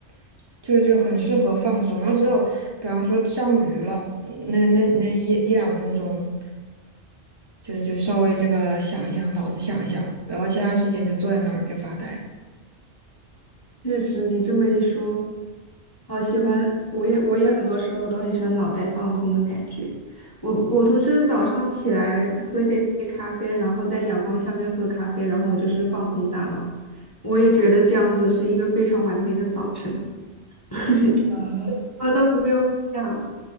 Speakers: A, on the right; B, on the left.
A: <laughs> 就就很适合放松。然后只有比方说上鱼了，嗯那那那一一两分钟，就就稍微这个想一想，脑子想一想，然后其他时间就坐在那儿就发呆。
B: 确实，你这么一说，好喜欢，我也我也很多时候都很喜欢脑袋放空的感觉。我我都是早上起来喝一杯咖啡，然后在阳光下面喝咖啡，然后我就是放空大脑。我也觉得这样子是一个非常完美的早晨，<laughs> 什
A: 呃，
B: 么都不用想。